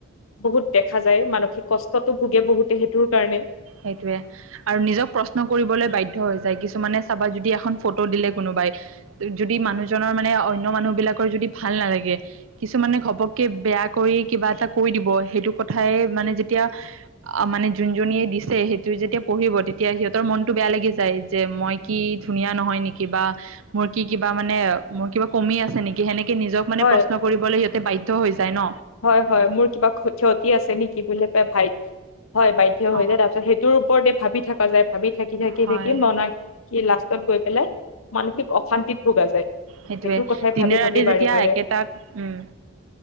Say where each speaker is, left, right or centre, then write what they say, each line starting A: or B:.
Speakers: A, on the left; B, on the right.
A: বহুত দেখা যায়, মানসিক কষ্টতটো ভোগে বহুতে সেইটোৰ কাৰণে।
B: সেইটোয়ে। আৰু নিজক প্ৰশ্ন কৰিবলৈ বাধ্য হৈ যায়, কিছুমানে চাবা, যদি এখন ফটো দিলে কোনোবাই যদি মানুহজনৰ মানে অনন্য মানুহ বিলাকৰ যদি ভাল নালাগে। কিছুমানে ঘপককে বেয়া কৰি কিবা এটা কৈ দিব, সেইটো কথাই মানে যেতিয়া অ', মানে যোনজনীয়ে দিছে সেইটো যেতিয়া পঢ়িব, তেতিয়া সিহঁতৰ মনটো বেয়া লাগি যায়, যে মই কি ধুনীয়া নহয় নেকি, বা মোৰ কি কিবা মানে, মোৰ কিবা কমি আছে নেকি, সেনেকে নিজক মানে
A: হয়
B: প্ৰশ্ন কৰিবলৈ সিহঁতে বাধ্য হৈ যায় ন'।
A: হয়, হয়, মোৰ কিবা ক্ষতি আছে নেকি বুলি পাই ভাইট হয়, বাধ্য হৈ
B: অ
A: যায়, তাৰ পিছত সেইটোৰ ওপৰতে ভাবি থকা যায়, ভাবি থাকি, থাকি,
B: হয়
A: থাকি মন কি লাষ্টত গৈ পেলাই, মানসিক অশান্তিত ভোগা যায়।
B: সেইটোৱে,
A: সেইটোৰ কথাই
B: দিনে
A: ভাবি
B: ৰাতি
A: ভাবি
B: যেতিয়া
A: বাৰে বাৰে
B: একেটাক, উম।